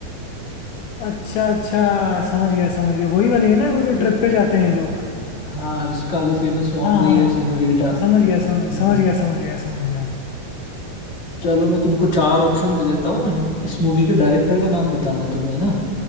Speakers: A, on the left; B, on the left.
A: अच्छा अच्छा समझ गया समझ गया वही वाली है ना वो जो
B: जि-
A: ट्रिप पे जाते हैं ये लोग
B: हाँ जिसका वो फेमस सॉन्ग
A: हाँ
B: भी
A: हाँ
B: है
A: हाँ,
B: सेनोरीटा
A: समझ गया समझ
B: हम्म
A: समझ गया समझ गया समझ गया
B: चलो मैं तुमको चार ऑप्शन दे देता हूँ इन- इस मूवी के डायरेक्टर का नाम बताना है तुम्हें ना